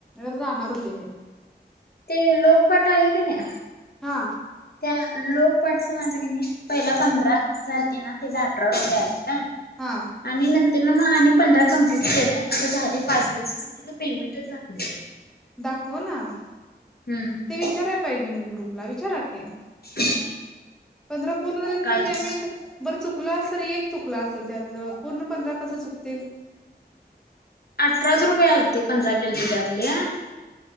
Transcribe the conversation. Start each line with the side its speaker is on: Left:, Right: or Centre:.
Centre: जाणार होती मी.
Left: ते लोकपट आहे ग नाही.
Centre: हा.
Left: त्या लोक पाठच माझं की नाही पहिला पंधरा झालती ना? त्याच अठरा रुपये आलत हां.
Centre: हा.
Left: आणि नंतर ना मग आणि पंधरा कमप्लीट केलं. आता झाले पाच दिवस- त्याच पेमेंटच दाखवत नाही.
Centre: दाखव ना.
Left: हम्म
Centre: ते विचाराय पाहिजे मग ग्रुपला विचारा की.
Left: <inaudible>
Centre: पंधरा पूर्ण झा तुला
Left: काहीच
Centre: पेमेंट- बरं चुकलं असल तरी एक चुकलं असेल त्यातलं. पूर्ण पंधरा कस चुकतील?
Left: अठराच रुपये आलते. पंधरा केलते त्यातले हां.